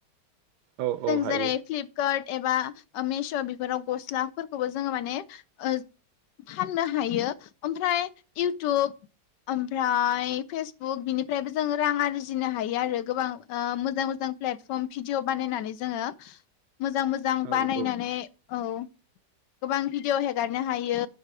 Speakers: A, on the right (about 75°); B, on the left (about 85°).
A: औ औ
B: जों
A: हायो
B: जारै फ्लिपकार्ट एबा मिसो बेफोराव गस्लाफोरखौबो जोङो माने ओ फाननो हायो ओमफ्राय इउटुब ओमफ्राय फेसबुक बिनि फ्रायबो जोंङो रां आरजिनो हायो आरो गोबां ओ मोजां मोजां प्लेटफर्म भिडिअ बानायनानै जोङो मोजां मोजां
A: औ
B: बानायनानै
A: औ
B: औ गोबां भिडिअ हेगारनो हायो